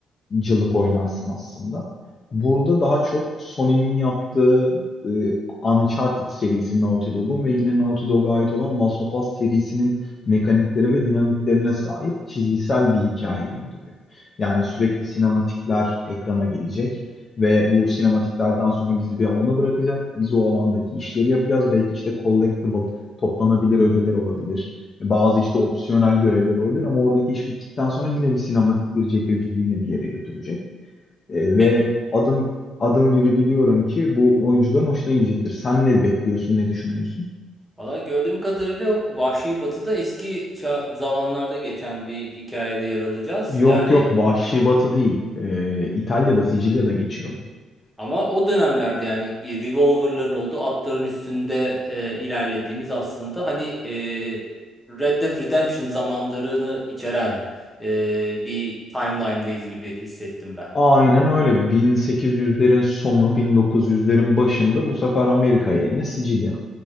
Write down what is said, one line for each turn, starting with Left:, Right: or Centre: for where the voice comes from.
Left: cılık oynarsın aslında. Burada daha çok Sony'nin yaptığı e, Uncharted serisi Naughty Dog'un ve yine Naughty Dog'a ait olan Last of Us serisinin mekaniklere ve dinamiklerine sahip çizgisel bir hikaye gibi duruyor. Yani sürekli sinematikler ekrana gelecek ve bu sinematiklerden sonra bizi bir alana bırakacak. Biz o alandaki işleri yapacağız. Belki işte collectible, toplanabilir ögeler olabilir. Bazı işte opsiyonel görevler olabilir ama oradaki iş bittikten sonra yine bir sinematik girecek ve bizi yine bir yere götürecek. E,
Centre: Pek
Left: ve adım adım gibi biliyorum ki bu oyuncuların hoşuna gidecektir. Sen ne bekliyorsun, ne düşünüyorsun?
Centre: valla gördüğüm kadarıyla Vahşi Batı'da eski ça- zamanlarda geçen bir hikayede yer alacağız.
Left: Yok
Centre: Yani
Left: yok Vahşi Batı değil. E, İtalya'da, Sicilya'da geçiyor.
Centre: Ama o dönemlerde yani e, revolverların olduğu atların üstünde e, ilerlediğimiz aslında hani e, Red Dead Redemption zamanlarını içeren e, bir timeline'dayız gibi hissettim ben.
Left: Aynen öyle. 1800'lerin sonu, 1900'lerin başında bu sefer Amerika yerine Sicilya.